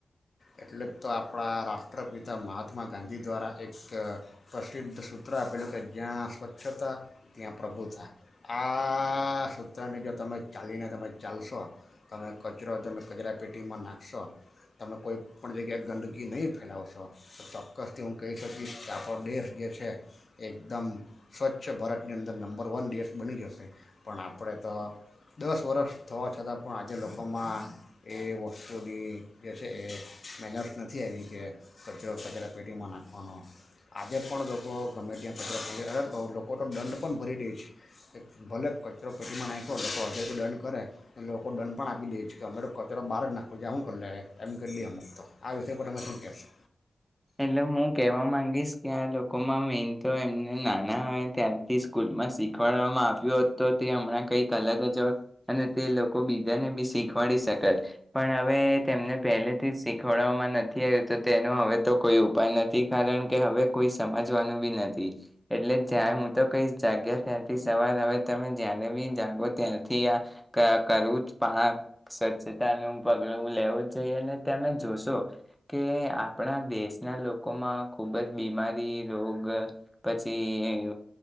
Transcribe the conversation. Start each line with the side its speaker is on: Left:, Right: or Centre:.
Left: એટલે તો આપણા રાષ્ટ્રપિતા મહાત્મા ગાંધી દ્વારા એક. પ્રસિ્ધસૂત્ર આપેલું કે જ્ઞં સ્વચ્છતા. ત્યાં પ્રભુ થ આ સૂત્રને જો તમે ચાલીને તમે ચાલશો તમે કચરો તમે કચરા પેટીમાં નાખશો તમે કોઈ પણ જગ્યાએ ગંદકી નહીં ફેલાવશો તો ચોક્કસથી હું કહી શકીશ કે આપણો દેશ જે છે એ એકદમ સ્વચ્છ ભારતની અંદર નંબર વન દેશ બની જશે પણ આપણે તો દસ વર્ષ થવા છતાં પણ આજે લોકોમાં એ વસ્તુની જે છે એ મેનર્સ નથી આવી કે કચરો કચરા પેટીમાં નાખવાનો આજે પણ લોકો ગમે ત્યાં કચરો અરે લોકો તો દંડ પણ ભરી દે છે ભલે કચરો પેટીમાં નાખો લોકો હજે કોઈ દંડ કરે લોકો દંડ પણ આપી દે છે કે અમેરો તો કચરો બહાર જ નાખો જે હું કરી લે એમ કરી દઈ અમું તો આ વિષય પણ તમે શું કહેશો
Centre: હેલો હું કહેવા માંગીશ કે આ લોકોમાં મેન તો એમને નાના ત્યારથી સ્કૂલમાં શીખવાડવામાં આવ્યું હોત તો તે હમણાં કંઈક અલગ જ હોય અને તે લોકો બીજાને બી શીખવાડી શક પણ હવે તેમને પહેલેથી જ શીખવાડવામાં નથી આવ્યું તો તેનું હવે તો કોઈ ઉપાય નથી કારણ કે હવે કોઈ સમજવાનું બી નથી એટલે જં હું તો કઈ જાગ્યા ત્યાંથી સવાર હવે તમે જ્યારે બી જાગો ત્યાંથી આ કરવું જ પાક સ્વચ્છતાનું પગલું લેવું જ જઈએ અને તમે જોશો કે આપણા દેશના લોકોમાં ખૂબ જ બીમારી રોગ પછી